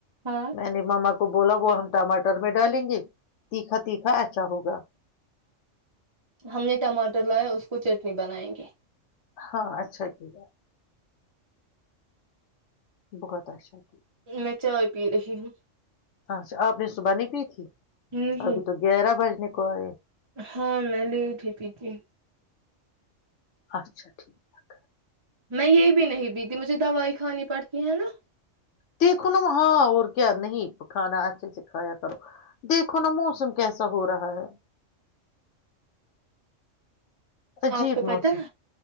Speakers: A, on the right; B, on the left.
A: ہاں
B: میں نہیں ماما کو بولا وہ ہم ٹماٹر میں ڈالیں گے تیکھا تیکھا اچھا ہوگا
A: ہم نے ٹماٹر لایا اس کو چٹنی بنائیں گے
B: ہاں اچھا کی بہت اشاء
A: میں چائے پی رہی ہوں
B: اچھا آپ نے صبح نہیں پی تھی
A: نہیں
B: ابھی تو گیارہ بجنے کو <unintelligible>
A: ہاں میں نے تھی پی تھی
B: اچھا ٹھیک ہے <inaudible>
A: میں یہ بھی نہیں بیتی مجھے دوائی کھانی پڑتی ہیں ہے نا
B: دیکھو نا ہاں اور کیا نہیں کھانا اچھے سے کھایا کرو دیکھو نا موسم کیسا ہو رہا ہے عجیب
A: آپ کو پتا
B: موسم
A: ہے